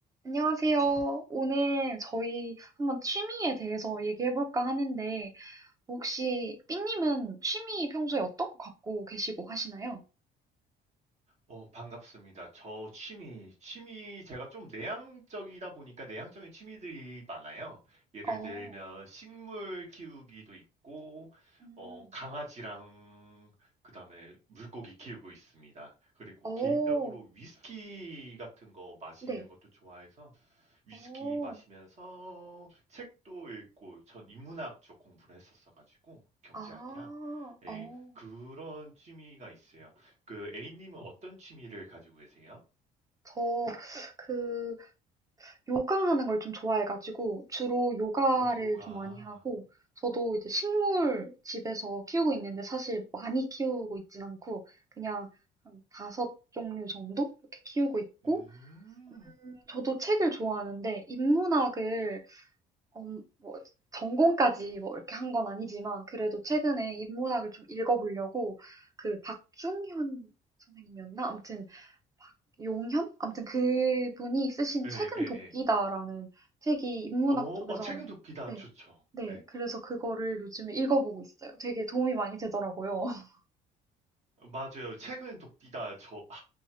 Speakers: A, on the right; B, on the right.
A: 안녕하세요. 오늘 저희 한번 취미에 대해서 얘기해 볼까 하는데, 혹시 삐님은 취미 평소에 어떤 거 갖고 계시고 하시나요?
B: 어 반갑습니다. 저 취미, 취미 제가 좀 내향적이다 보니까 내향적인 취미들이 많아요. 예를
A: 어,
B: 들면 식물 키우기도 있고
A: 음,
B: 어 강아지랑 그다음에 물고기 키우고 있습니다. 그리고
A: 오,
B: 개인적으로 위스키 같은 거 마시는
A: 네,
B: 것도 좋아해서 위스키
A: 오,
B: 마시면서 책도 읽고 전 인문학 쪽 공부를 했었어 가지고 경제학이랑
A: 아,
B: 예,
A: 어,
B: 그런 취미가 있어요. 그 A님은 어떤 취미를 가지고 계세요?
A: 저, 그, 요가하는 걸 좀 좋아해가지고 주로 요가를
B: 오, 요가.
A: 좀 많이 하고 저도 이제 식물 집에서 키우고 있는데 사실 많이 키우고 있진 않고 그냥 한 다섯 종류 정도 이렇게 키우고 있고
B: 음.
A: 음, 저도 책을 좋아하는데 인문학을 음, 뭐 전공까지 뭐 이렇게 한 건 아니지만 그래도 최근에 인문학을 좀 읽어보려고 그 박중현 선생님이었나? 아무튼 용현? 아무튼 그분이 쓰신
B: 예,
A: 책은
B: 예, 예.
A: 도끼다라는 책이 인문학
B: 어,
A: 쪽에서
B: 어, 책은 돕기다
A: 네,
B: 좋죠.
A: 네.
B: 네.
A: 그래서 그거를 요즘에 읽어보고 있어요. 되게 도움이 많이 되더라고요. <laughs>
B: 맞아요. 책은 돕기다 저, 아,